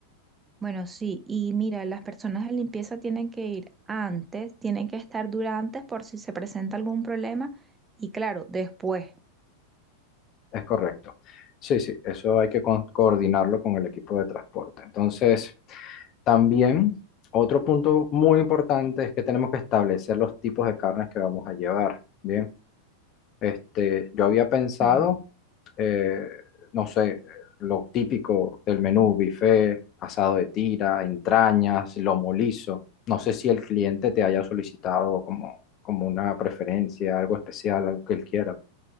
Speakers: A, on the right; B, on the left.
A: Bueno, sí, y mira, las personas de limpieza tienen que ir antes, tienen que estar durante por si se presenta algún problema y claro, después.
B: Es correcto. Sí, sí, eso hay que con- coordinarlo con el equipo de transporte. Entonces, también otro punto muy importante es que tenemos que establecer los tipos de carnes que vamos a llevar. Bien, este, yo había pensado,
A: Ajá.
B: eh, no sé, lo típico del menú, buffet, asado de tira, entrañas, lomo liso. No sé si el cliente te haya solicitado como, como una preferencia, algo especial, algo que él quiera.